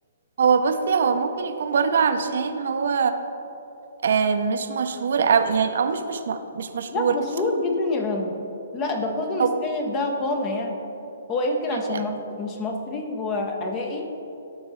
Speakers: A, on the right; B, on the left.
A: هو بصي هو ممكن يكون برضو علشان هو آه مش مشهور او يعني او مش مش م- مش مشهور
B: لا مشهور جدا يا رنا لا ده كاظم
A: هو
B: الساهر ده قامة يعني هو يمكن عشان
A: لا
B: مصر مش مصري هو عراقي